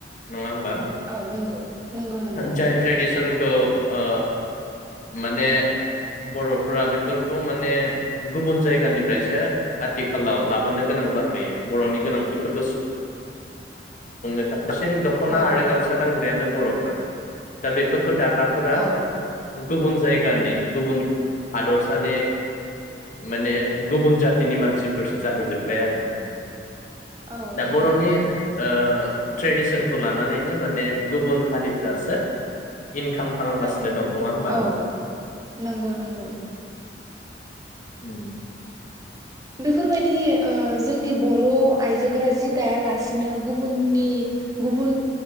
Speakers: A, on the left; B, on the right.
A: नङा होमबा?
B: औ नंगौ नंगौ नंगौ
A: जाय ट्रेडिसन ओ ओ माने बर'फ्रा बेफोरखौ माने गुबुन जायगानिफ्रायसो आथिखालाव लाबोनो गोनां जाफैयो बरनि गोनांथिफोरखौ सुंफ-फुंनो थाखाय। बांसिन दख'ना
B: औ
A: आरो गामसा गानग्रायानो बर'फोर दा बेफो फोर दाग्राफोरा
B: औ
A: गुबुन जायगानि गुबुन हादरसानि माने गुबुन जातिनि मानसिफोरस जाफैजोब्बाय आरो मोन
B: औ
A: दा
B: थारैनो
A: बर'नि ओ ट्रेडिसनखौ लानानैनो माने गुबुन हारिफ्रासो इनखाम खालामगासिनो
B: रां
A: दं नङा होमबा?
B: औ नंगौ नंगौ
A: उम।
B: बेफोरबायदि ओ जोंनि बर' आइजोफोरा जि दायालासिनो गुबुननि गुबुन